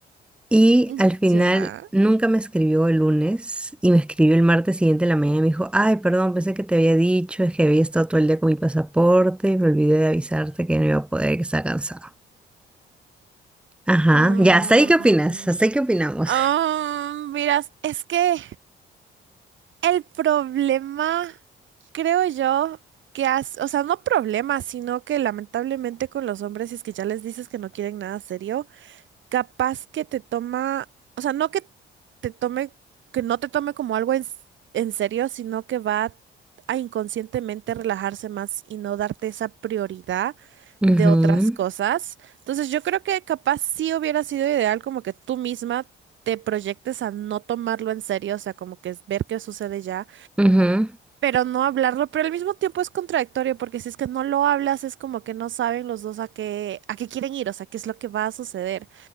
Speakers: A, in the centre; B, on the right.
A: Y
B: mm,
A: al final
B: ya.
A: nunca me escribió el lunes y me escribió el martes siguiente en la mañana y me dijo, ay, perdón, pensé que te había dicho, es que había estado todo el día con mi pasaporte y me olvidé de avisarte que no iba a poder, que estaba cansado. Ajá,
B: mm.
A: ya, hasta ahí qué opinas, hasta ahí qué opinamos.
B: Ah, miras, es que El problema, creo yo, que has, o sea, no problema, sino que lamentablemente con los hombres, si es que ya les dices que no quieren nada serio, capaz que te toma, o sea, no que te tome, que no te tome como algo en, s- en serio, sino que va a inconscientemente relajarse más y no darte esa prioridad
A: Ujú,
B: de otras cosas. Entonces, yo creo que capaz sí hubiera sido ideal como que tú misma te proyectes a no tomarlo en serio, o sea, como que es ver qué sucede ya
A: ujú.
B: pero no hablarlo, pero al mismo tiempo es contradictorio, porque si es que no lo hablas, es como que no saben los dos a qué, a qué quieren ir, o sea, qué es lo que va a suceder.